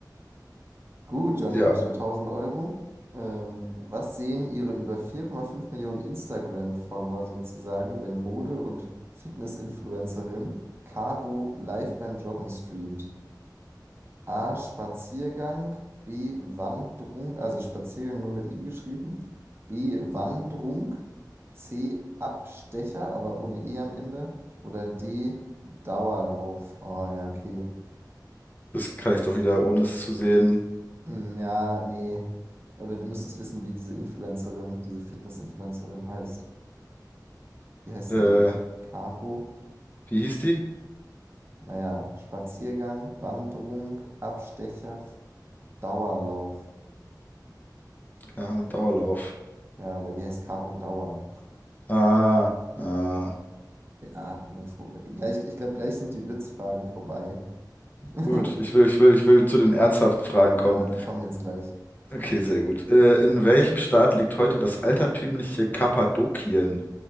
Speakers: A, on the right (about 35°); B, on the left (about 25°).
A: Gut, Johnny,
B: Ja,
A: du bist bei 1000 Euro. Ähm, was sehen Ihre über 4,5 Millionen Instagram-Follower sozusagen, wenn Mode- und Fitness-Influencerin Caro live beim Joggen streamt? A. Spaziergang. B. Wanderung. Also Spaziergang nur mit I geschrieben. B. Wanderung. C. Abstecher, aber ohne E am Ende. Oder D. Dauerlauf. Oh ja, okay.
B: das kann ich doch wieder, ohne es zu sehen.
A: Hm, Ja, nee. Oder du müsstest wissen, wie diese Influencerin, diese Fitness-Influencerin heißt. Wie heißt
B: Äh,
A: denn die? Caro?
B: wie hieß die?
A: Naja, Spaziergang, Wanderung, Abstecher, Dauerlauf.
B: Keine Ahnung, Dauerlauf.
A: Ja, weil die heißt Caro Dauer.
B: Ah, ah,
A: Ja, eine Fro- gleich, ich glaube, gleich sind die Witzfragen vorbei. <laughs>
B: gut, ich will, ich will, ich will zu den ernsthaften Fragen
A: Ja,
B: kommen.
A: die kommen jetzt gleich.
B: Okay, sehr gut. Äh, in welchem Staat liegt heute das altertümliche Kappadokien?